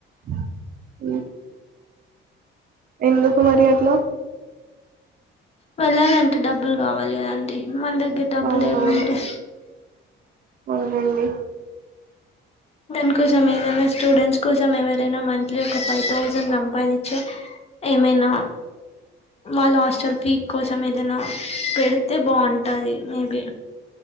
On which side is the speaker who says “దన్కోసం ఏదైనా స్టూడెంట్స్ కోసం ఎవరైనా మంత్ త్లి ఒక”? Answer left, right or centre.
Left